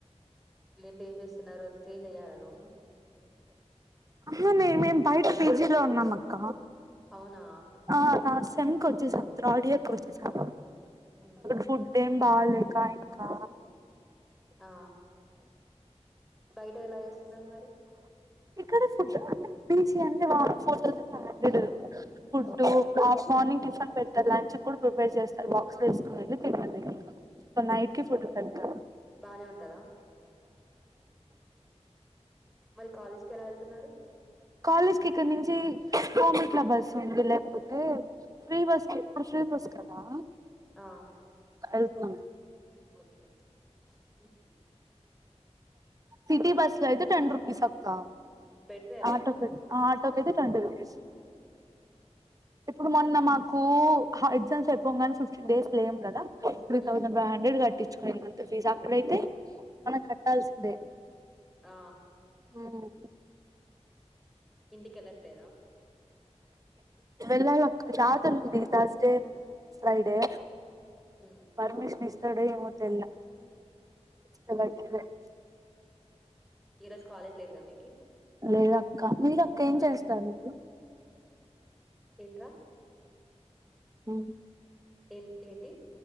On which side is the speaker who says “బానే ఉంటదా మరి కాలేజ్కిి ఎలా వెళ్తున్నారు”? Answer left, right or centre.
Centre